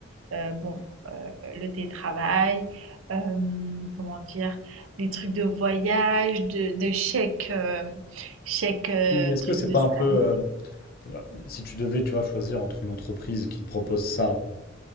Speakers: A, on the right; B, on the left.
A: Euh, bon, euh, le télétravail, euh, comment dire, les trucs de voyage, de, de chèques, euh, chèques, euh,
B: Oui, mais est-ce
A: trucs
B: que c'est
A: de
B: pas
A: salarié.
B: un peu, euh, voilà, si tu devais, tu vois, choisir entre une entreprise qui te propose ça